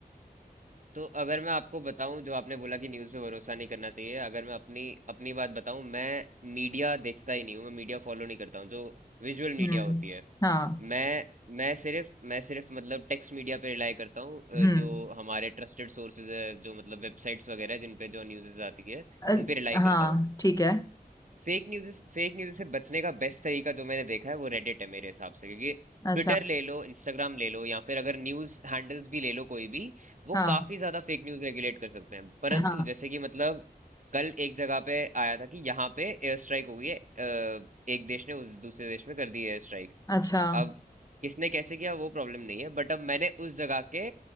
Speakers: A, on the right; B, on the left.
A: तो अगर मैं आपको बताऊं जो आपने बोला कि न्यूज़ पे भरोसा नहीं करना चाहिए अगर मैं अपनी अपनी बात बताऊं मैं मीडिया देखता ही नहीं हूं मैं मीडिया फॉलो नहीं करता हूं जो विजुअल
B: हम्म
A: मीडिया होती है
B: हाँ
A: मैं मैं सिर्फ मैं सिर्फ मतलब टेक्स्ट मीडिया पे रिलाई करता हूँ अ,
B: हम्म
A: जो हमारे ट्रस्टेड सोर्सेज है जो मतलब वेबसाइट्स वगैरह जिन पे जो न्यूज़ आती है
B: अ-
A: उन पे रिलाई
B: हाँ
A: करता हूँ
B: ठीक है
A: फेक न्यूज फेक न्यूज से बचने का बेस्ट तरीका जो मैंने देखा है वो रेडिट है मेरे हिसाब से क्योंकि
B: अच्छा
A: ट्विटर ले लो इंस्टाग्राम ले लो या फिर अगर न्यूज हैंडल्स भी ले लो कोई भी वो
B: हाँ
A: काफी ज्यादा फेक न्यूज रेगुलेट कर सकते हैं परंतु
B: हाँ
A: जैसे कि मतलब कल एक जगह पे आया था कि यहाँ पे एयर स्ट्राइक हो गई है अ, एक देश ने उस दूसरे देश में कर दी एयर स्ट्राइक
B: अच्छा
A: अब किसने कैसे किया वो प्रॉब्लम नहीं है बट अब मैंने उस जगह के